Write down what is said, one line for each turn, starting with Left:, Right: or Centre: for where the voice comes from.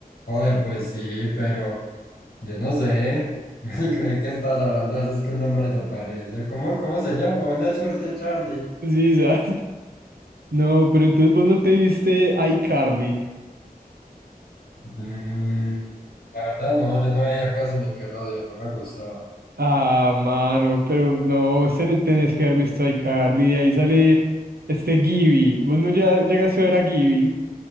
Left: Oye, pues sí, pero yo no sé. <laughs> Sí, Creí que estabas hablando de eso, es que el nombre se parece. ¿Cómo, cómo se llama? Buena suerte, Charlie.
Right: Sí, ¿sabes? No, pero entonces vos no te viste iCarly.
Left: Mm, la verdad, no, yo no veía casi Nickelodeon, no me gustaba.
Right: Ah, mano, pero no, vos ten- tenés que haber visto a iCarly, y ahí sale este Gibby, vos no ya llegaste a ver a Gibby.